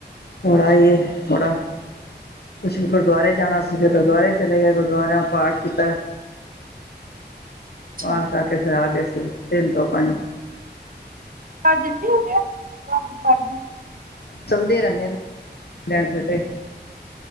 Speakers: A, on the left; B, on the right.
A: ਥੋੜਾ ਈਏ, ਥੋੜਾ। ਕੁਛ ਗੁਰਦੁਆਰੇ ਜਾਣਾ ਸੀਗਾ, ਫਿਰ ਗੁਰਦੁਆਰੇ ਚਲੇ ਗਏ, ਗੁਰਦੁਆਰੇਓਂ ਪਾਠ ਕੀਤਾ।
B: ਅੱਛਾ
A: ਪਾਠ ਕਰਕੇ ਫਿਰ ਆ ਗਏ ਸੀ, ਤਿੰਨ ਤੋਂ ਪੰਜ।
B: ਪਾਠ ਜਲਦੀ ਹੋਗਿਆ? ਭਜੀ <unintelligible>
A: ਚੱਲਦੇ ਰਹਿੰਦੇਨ, ਲਾਇਨਸਰ ਤੇ।